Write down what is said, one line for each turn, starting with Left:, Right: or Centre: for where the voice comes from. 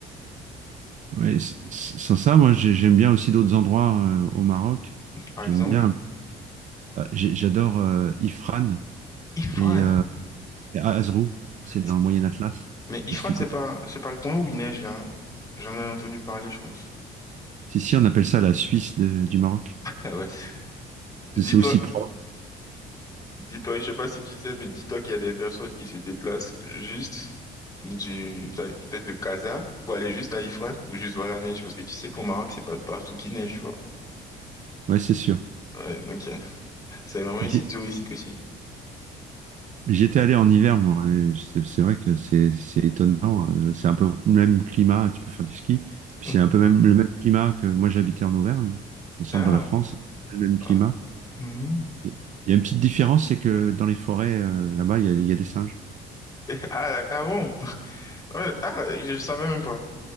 Right: Ouais, c- c- sans ça, moi, j'ai- j'aime bien aussi d'autres endroits euh, au Maroc.
Left: Par
Right: J'aime
Left: exemple,
Right: bien, euh, j'ai- j'adore euh, Ifrane.
Left: Ifrane.
Right: Et euh, Et Azrou, c'est
Left: C'est-
Right: dans le Moyen Atlas.
Left: Mais
Right: Je sais
Left: Ifrane,
Right: pas si tu
Left: c'est
Right: connais.
Left: pas, c'est pas le coin où il neige, là. hein. J'en ai entendu parler, je pense.
Right: Si, si, on appelle ça la Suisse de- du Maroc.
Left: Ah ouais. <laughs> Dis-toi,
Right: C'est c'est aussi propre.
Left: dis-toi, je sais pas si tu sais, mais dis-toi qu'il y a des personnes qui se déplacent juste du, peut-être de Casa pour aller juste à Ifrane pour juste voir la neige. Parce que tu sais qu'au Maroc, c'est pas partout qui neige, tu vois.
Right: Ouais, c'est sûr.
Left: Ouais, donc, euh, c'est vraiment un
Right: J'y-
Left: site touristique aussi.
Right: J'étais allé en hiver, moi. et C'est c'est vrai que c'est c'est étonnant. euh, C'est un peu le même climat. Tu peux faire du ski. Puis
Left: Mhm.
Right: c'est un peu même le même climat que moi j'habitais en Auvergne, au centre
Left: Ah,
Right: de la France. Le même
Left: ah.
Right: climat.
Left: Mhm.
Right: Il y a
Left: <laughs>
Right: une petite différence, c'est que dans les forêts, euh, là-bas, il y a, il y a des singes.
Left: Ah, ah bon? Euh, ah, je savais même pas.